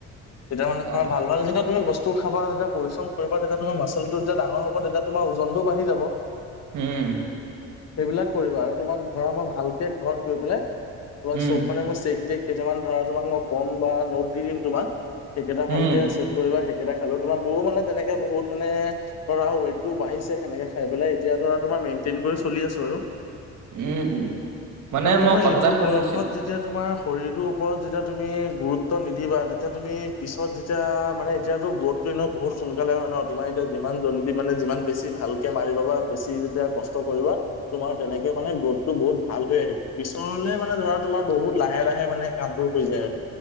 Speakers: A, on the left; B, on the right.
A: তেতিয়া মানে
B: অ',
A: তোমাৰ ভাল ভাল যেতিয়া তুমি বস্তু টো খাবা যেতিয়া পৰিশ্ৰম কৰিব তেতিয়া তোমাৰ মাচলটো যেতিয়া ডাঙৰ হ'ব তেতিয়া তোমাৰ ওজনটোও বাঢ়ি যাব।
B: উম।
A: সেইবিলাক কৰিবা আৰু তোমাক ধৰা মই ভালকে ঘৰত গৈ পেলাই তোমাক
B: উম,
A: চব মানে মই চেক কেইটামান ধৰা তোমাক মই ক'ম বা নোট দি দিম তোমাক সেইকেইটা
B: উম,
A: ভালকে চেক কৰিবা। কেইটা খালেও তোমাৰ, মোৰো মানে তেনেকে বহুত মানে ধৰা ৱেটটো বাঢ়িছে সেনেকে খাই পেলাই, এতিয়া ধৰা তোমাৰ মেইনটেইন কৰি চলি আছো আৰু।
B: উম, উম, মানে
A: আৰু তোমাৰ
B: মই কথা
A: এইটো
B: এটা শুনিছিলো
A: বয়সত যে তেতিয়া তোমাৰ শৰীৰটোৰ ওপৰত যেতিয়া তুমি গুৰুত্ব নিদিবা, তেতিয়া তুমি পিছত যেতিয়া মানে এতিয়াতো গ্ৰথটো নহও বহুত সোনকালে হয় ন তোমাৰ এতিয়া যিমান জল্দি মানে যিমান বেছি ভালকৈ মাৰিব পা বা বেছি যেতিয়া। কষ্ট কৰিবা। তোমাৰ তেনেকে মানে গ্ৰোথটো বহুত ভাল হৈ আহিব পিছলে মানে ধৰা তোমাৰ বহুত লাহে লাহে মানে। কাম বোৰ হৈ যায় আৰু